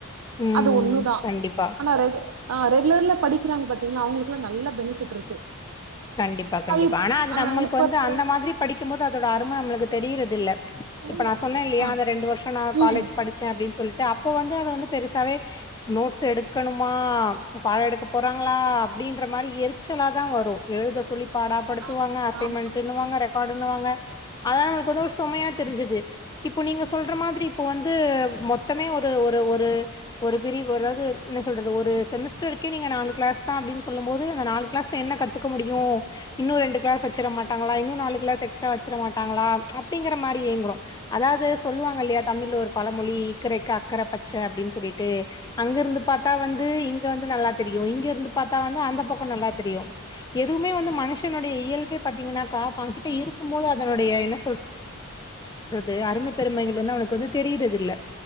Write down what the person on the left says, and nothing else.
ம்
கண்டிப்பா
கண்டிப்பா கண்டிப்பா
ஆனா அது
நம்மளுக்கு
வந்து
அந்த மாதிரி படிக்கும் போது அதோட அரும நம்மளுக்கு தெரியிறதில்ல
இப்ப நான் சொன்னேன்ல்லையா
அந்த ரெண்டு வருஷம் நான்
காலேஜ் படிச்சேன் அப்படின்னு சொல்லிட்டு அப்போ வந்து அதை வந்து பெருசாவே நோட்ஸ் எடுக்கணுமா பாடம் எடுக்க போறாங்களா அப்படின்ற மாதிரி எரிச்சலா தான் வரும் எழுத சொல்லி பாடாப்படுத்துவாங்க
அசைன்மெண்ட்டுன்னுவாங்க
ரெக் காடுன்னுவாங்க அதல்லா நமக்கு வந்து ஒரு சொமையா தெரிஞ்சது இப்போ நீங்க சொல்ற மாதிரி இப்போ வந் து மொத்தமே ஒரு ஒரு ஒரு ஒரு பிரி ஒரது என்ன சொல்றது ஒரு செமஸ்டருக்கே நீங்க நாலு க்ளாஸ் தா அப்டின் சொல்லும் போது அந்த க்ளாஸ்ல என்ன கத் த்துக்க முடியு இன்னு ரெண்டு க்ளாஸ் வச்சுற மாட்டாங்களா இன்னு நாலு க்ளாஸ் எக்ஸ்டரா வச்சுற மாட் டாங்களா அப்டிங்குற மாரி ஏங்குறோ அதாது சொல்லுவாங்கல்லயா தமிழ்ல ஒரு பழமொழி இக்கரைக்கு அக்கர பச்ச அப்டின் சொல்லிட்டு அங்கருந்து பாத்தா வந்து இங் ங்க வந்து நல்லா தெரியு இங்கெருந்து பாத்தா வந்து அந்த பக்கொ நல்லா தெரியு எதுவ்மே வந்து மனுஷனுடைய இயல்பே பாத்தீங்கன்னாக்கா தாங்கிட்ட இருக்கும் போது அதனுடைய என்ன சொல் றது அரும பெருமைகள் வந்து அவனுக்கு வந்து தெரியிறதில்ல